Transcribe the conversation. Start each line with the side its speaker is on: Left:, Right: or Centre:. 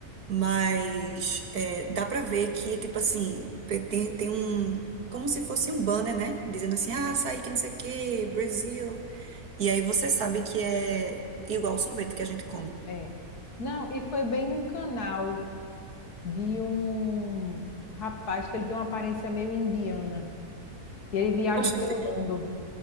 Right: mas é, dá para ver que, tipo assim, pe- tem, tem um. Como se fosse um banner, né? Dizendo assim, ah, açaí que não sei o quê, Brasil. E aí você sabe que é igual o sorvete que a gente come.
Left: É. Não, e foi bem num canal de um rapaz que ele tem uma aparência meio indiana. que ele viaja
Right: Oxente.
Left: pelo mundo.